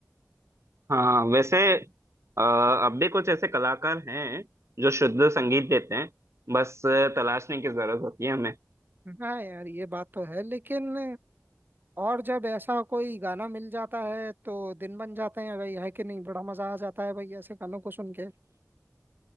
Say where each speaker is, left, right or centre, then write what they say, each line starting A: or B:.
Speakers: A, on the right; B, on the right.
A: हाँ वैसे अ, अब भी कुछ ऐसे कलाकार हैं जो शुद्ध संगीत देते हैं बस अ, तलाशने की जरूरत होती है हमें
B: हाँ यार ये बात तो है लेकिन और जब ऐसा कोई गाना मिल जाता है तो दिन बन जाते हैं भाई है कि नहीं बड़ा मजा आ जाता है भाई ऐसे गानों को सुन के